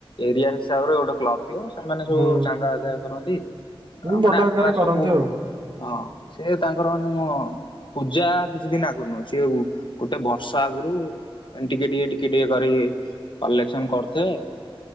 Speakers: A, on the left; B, on the right.
A: ଏରିଆ ହିସାବରେ ଗୋଟେ କ୍ଲବ ଥିବ ସେମାନେ ସବୁ
B: ହୁଁ
A: ଚାନ୍ଦା ଆଦାୟ କରନ୍ତି।
B: ହୁଁ, ବଡ
A: ମାନେ ଆଗୁଆ
B: ଆକାରରେ କରନ୍ତି
A: ସବୁ
B: ଆଉ।
A: ହଁ ସେ ତାଙ୍କର ମାନେ ପୂଜା କିଛି ଦିନ ଆଗରୁ ନୁହଁ ସିଏ ଗୋଟେ ବର୍ଷା ଆଗରୁ ମାନେ ଟିକେ ଟିକେ ଟିକେ ଟିକେ କରିକି କଲେକ୍ସନ କରୁଥିବେ।